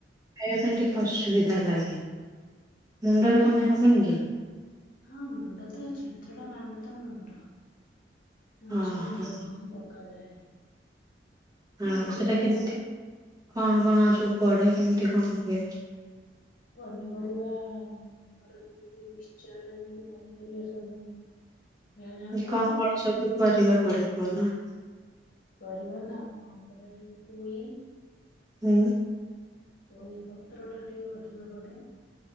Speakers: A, on the right (about 20°); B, on the left (about 50°).
A: ଖାଇବା ପାଇଁ ଟିକେ ଅସୁବିଧା ଲାଗେ, ମୁଣ୍ଡରେ କନେ ହବନି କି?
B: ହଁ, ମୁଣ୍ଡ ତ ଛେଞ୍ଚଡ଼ ମାନେ ତ ମୁଣ୍ଡ। ମାଛ
A: ଓହୋ
B: ମୁଣ୍ଡ ଟାହିଁ ପକାଯାଏ।
A: ହଁ,
B: ନ ପକେଇଲେ
A: ସେଟା କେମତି,
B: ଚଳିବ
A: କଣ କଣ ଆଉ ସବୁ ପଡେ, କେମିତି କଣ ହୁଏ?
B: ପନିପରିବା-ଆ ଆମର ଯେମତି ମିକ୍ସଚର ଯେମିତି ପନିପରିବା ସବୁ ଯାହା ଯାହା ପଡେ
A: କଣ କଣ ସବୁ କରିବା ପଡେ କହୁ ନା?
B: ପରିିବା ନା କଣ କରିବା ଏ ପୁଇ
A: ହୁଁ।
B: ପୋଇ ପତ୍ର ଟା ଟିକେ ଅଧିକ ପଡେ।